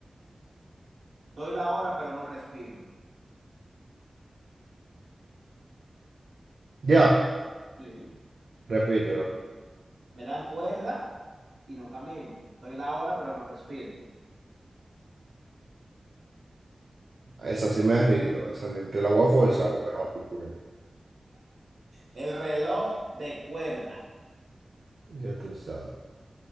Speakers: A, on the right; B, on the right.
A: Doy la hora, pero no respiro.
B: Ya,
A: Sí.
B: repítelo.
A: Me dan cuerda y no camino. Doy la hora, pero no respiro.
B: Esa sí me rindo, esa ni- te la voy a forzar porque no te quiero.
A: El reloj de cuerda.
B: Ya tú sabes.